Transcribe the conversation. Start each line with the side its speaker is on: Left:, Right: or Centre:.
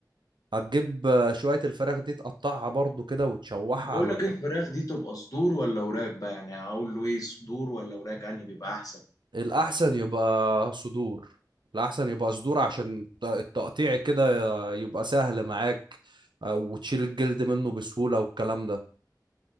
Right: هتجيب آه، شوية الفراخ دي تقطعها برضو كده وتشوحها
Left: بقول
Right: على
Left: لك
Right: ال...
Left: الفراخ دي تبقى صدور ولا وراك بقى يعني اقول له ايه صدور ولا وراك انهي بيبقى احسن
Right: الأحسن يبقى صدور الأحسن يبقى صدور عشان الت- التقطيع كده يبقى سهل معاك آه، وتشيل الجلد منه بسهولة والكلام ده